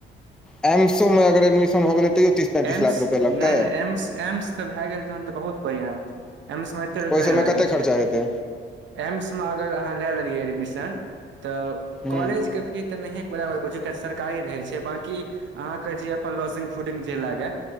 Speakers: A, in the centre; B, on the right.
A: एमसो मे अगर एडमिशन भ गेलै तैयो पैंतीस
B: एम्स
A: लाख रुपआ लगतै
B: नहि नहि एम्स एम्स त भए गेल छन तऽ बहुत बढ़ियां एम्स मे कते रुपआ
A: ओहि
B: नहि
A: सबमे
B: लागे
A: कते
B: छै
A: खर्चा हेतै
B: एम्स मे अगर अहाँ ले लेलियै एडमिशन तऽ
A: हूँ
B: कॉलेज के फी त नहि बराबर बुझियो कियाकि सरकारी रहे छै बांकी अहाँ के जे अपन लॉजिंग फूडिंग जे लागे